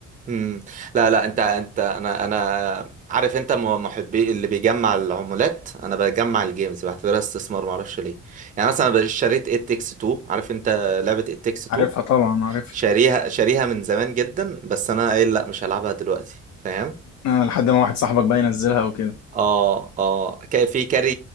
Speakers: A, on the right (about 25°); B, on the left (about 65°).
A: مم. لا لا انت انت انا انا عارف انت م- محبي اللي بيجمع العمولات انا بجمع الجيمز بعتبرها استثمار ما اعرفش ليه يعني مثلا أنا اشتريت ات تكس 2 عارف انت لعبة ات تكس 2
B: عارفها طبعا عارفها
A: شاريها شاريها من زمان جدا بس انا قايل لا مش هلعبها دلوقتي فاهم
B: آه لحد ما واحد صاحبك بقى ينزلها وكده
A: اه اه كان في كاري